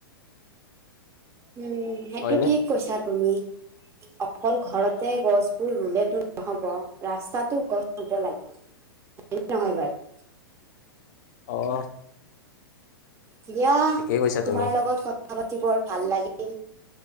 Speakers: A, on the right; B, on the left.
A: উম সেইটো
B: হয়নে
A: ঠিক কৈছা তুমি। অকল ঘৰতে গছবোৰ ৰুলেতো নহব, ৰাস্তাটো গছ ৰুব লাগে। হয় নহয় বাৰু?
B: অহ।
A: দিয়া
B: ঠিকেই কৈছা
A: তোমাৰ
B: তুমি
A: লগত কথ কথা পাতি বৰ ভাল লাগিল,